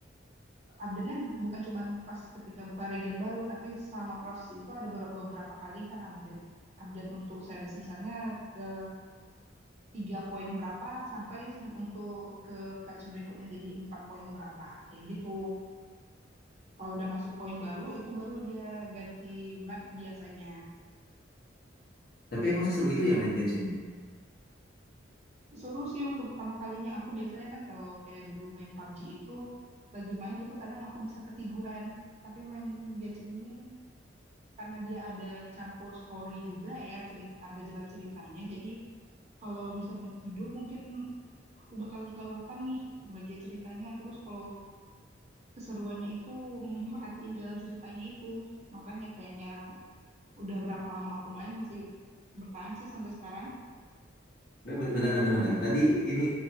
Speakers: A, on the right; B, on the left.
A: update-nya bukan cuma pas ketika buka region baru, tapi selama proses itu ada ber- beberapa kali kan update update untuk series misalnya eh, tiga poin berapa sampai se- untuk ke patch berikutnya jadi empat poin berapa. Kayak gitu. Kalau udah masuk poin baru itu baru dia ganti map biasanya.
B: Tapi emang seseru itu ya main Genshin ya?
A: Seru sih untuk pertama kalinya. Aku biasanya kan kalau kayak dulu main PUBG itu, lagi main itu kadang aku bisa ketiduran. Tapi main Genshin ini karena dia ada campur story juga ya, cerita, ada jalan ceritanya. Jadi kalau misalnya tidur mungkin aku bakalan kelewatan nih bagian ceritanya. Terus kalau keseruannya itu mm, merhatiin jalan ceritanya itu. Makanya kayaknya udah berapa lama aku main masih bertahan sih sampai sekarang.
B: Nggak, Bentar, bentar, bentar. Tadi ini